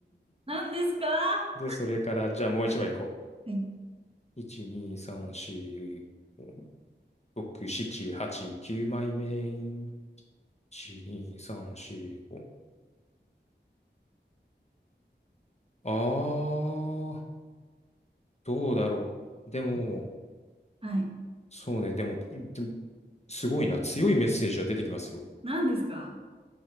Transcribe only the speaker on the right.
何ですかは
い。
はい。
何ですか